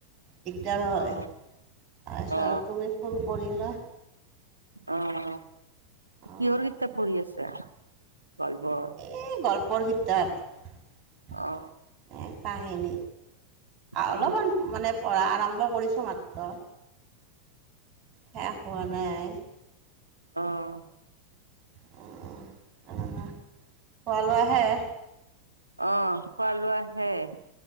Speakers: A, on the right; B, on the right.
A: দিগদাৰ হয়।
B: অ
A: তাৰপিছত
B: অ
A: তুমি ফোন কৰিলা।
B: অ',
A: অঁ
B: কিহৰ কিতাপ পঢ়ি আছা? গল্পৰ।
A: এ, গল্পৰ কিতাপ। এ,
B: অ
A: কাহেনী আৰু
B: অ
A: অলপমান মানে পঢ়া আৰম্ভ কৰিছোঁ মাত্ৰ, শেষ হোৱা নাই।
B: অ',।
A: <unintelligible> খোৱা-লোৱা শেষ।
B: অ', খোৱা-লোৱা শেষ।